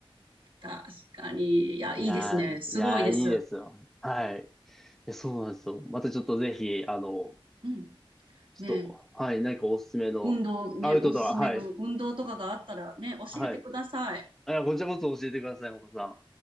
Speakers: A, on the right (about 65°); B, in the centre.
A: 確かに。いや、
B: いやー、
A: いいですね。すごいです。
B: いやー、いいですよ。はい。いやそうなんですよ。またちょっとぜひ、あの、
A: うん。
B: ちょっと、
A: ね、
B: はい、何かおすすめのアウトドア、
A: 運動ね、おすすめの運動とかがあったらね、
B: はい、
A: 教えてください。
B: はい。あ、こちらこそ教えてください、岡さん。